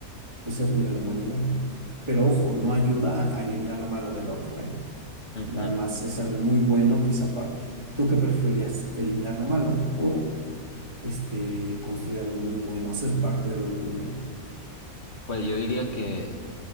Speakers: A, on the right; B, on the left.
A: pues, servir a la humanidad? Pero ojo, no ayuda a eliminar lo malo del otro, ¿eh?
B: ujú.
A: Nada más es algo muy bueno que esa parte. ¿Tú qué preferirías? ¿Eliminar lo malo o este, construir algo muy bueno, ser parte de algo muy bueno?
B: Pues yo diría que,